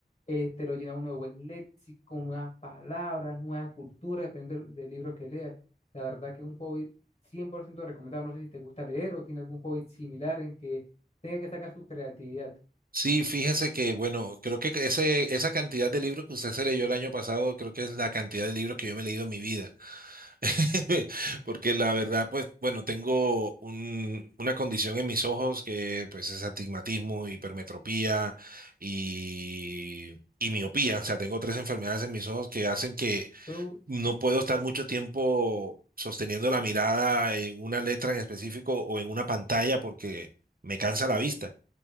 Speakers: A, on the left; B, on the right.
A: este, lo llena uno de buen léxico, nuevas palabras, nuevas culturas, dependiendo del, del libro que leas. La verdad que es un hobby 100% recomendado. No sé si te gusta leer o tiene algún hobby similar en que tenga que sacar su creatividad.
B: Sí, fíjese que, bueno, creo que ese, esa cantidad de libros que usted se leyó el año pasado, creo que es la cantidad de libros que yo me he leído en mi vida. <laughs> Porque la verdad, pues, bueno, tengo un- una condición en mis ojos que, pues, es astigmatismo, hipermetropía y, y miopía. O sea, tengo tres enfermedades en mis ojos que hacen que
A: Tú,
B: no puedo estar mucho tiempo sosteniendo la mirada en una letra en específico o en una pantalla porque me cansa la vista.